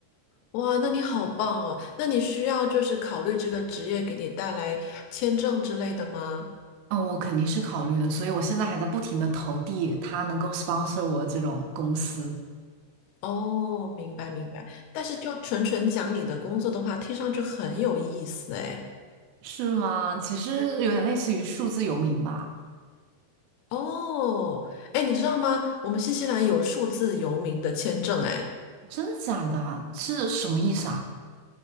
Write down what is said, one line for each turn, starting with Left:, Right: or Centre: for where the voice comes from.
Left: 哇，那你好棒哦！那你需要就是考虑这个职业给你带来签证之类的吗？
Right: 嗯，我肯定是考虑的，所以我现在还在不停的投递他能够 sponsor 我这种公司，
Left: 哦，明白明白。但是就纯纯讲你的工作的话，听上去很有意思哎。
Right: 是吗？其实有点类似于数字游民吧？
Left: 哦，哎，你知道吗？我们新西兰有数字游民的签证哎。
Right: 真的假的啊是什么意思啊？